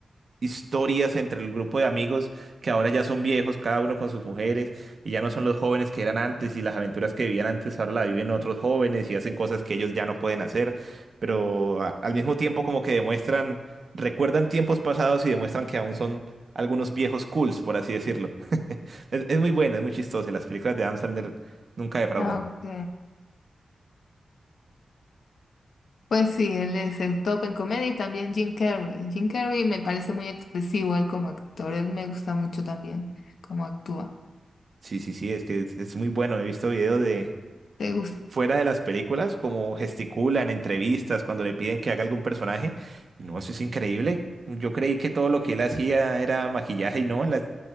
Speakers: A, on the right; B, on the left.
A: historias entre el grupo de amigos que ahora ya son viejos, cada uno con sus mujeres, y ya no son los jóvenes que eran antes, y las aventuras que vivían antes ahora la viven otros jóvenes y hacen cosas que ellos ya no pueden hacer, pero a- al mismo tiempo como que demuestran, recuerdan tiempos pasados y demuestran que aún son algunos viejos cools, por así decirlo. <laughs> Es, es muy buena, es muy chistosa, y las películas de Adam Sandler nunca defraudan.
B: Ah, ok. Pues sí, él es el top en comedia y también Jim Carrey. Jim Carrey me parece muy expresivo él como actor, él me gusta mucho también cómo actúa.
A: Sí, sí, sí, es que es, es muy bueno, he visto videos de
B: ¿Te gusta?
A: fuera de las películas, como gesticulan, en entrevistas, cuando le piden que haga algún personaje. Y No, eso es increíble. Yo creí que todo lo que él hacía era maquillaje y no, la,